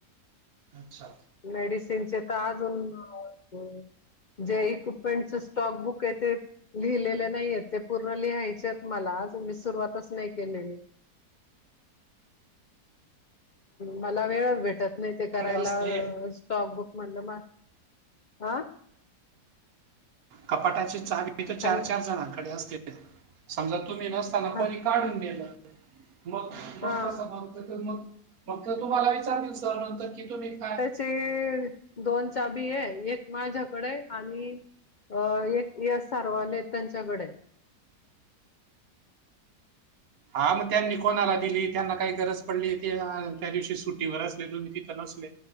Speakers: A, on the right; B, on the left.
A: अच्छा
B: मेडिसिनचे तर अजून, जे फ्रॆडस्टॉक बुक काही ते लिहिलेल नाहीये ते पूर्ण लिहायचे मला अजून मी सुरुवातच नाही मला वेळच भेटत नाही ते, करायला
A: कडे असते
B: स्टॉक बुक म्हणलं म हा
A: कपाटाची चावी तर चार-चार
B: हॅल
A: जणांकडे असते, समजा तुम्ही नसताना
B: हा
A: कोणी काढून नेलं मग,
B: हा
A: मग, कस मग, मग, मग तुम्हाला विचारतील सर नंतर की तुम्ही काय
B: ते दोन चावी आहे, एक माझाकडे आहे आणि,, अ, एक यश सारवाले त्यांच्याकडे आहे
A: हा मग त्यांनी कोणाला दिली त्यांना काही गरज पडली ते त्या दिवशी सुटीवर असले दोन्ही तिथं नसले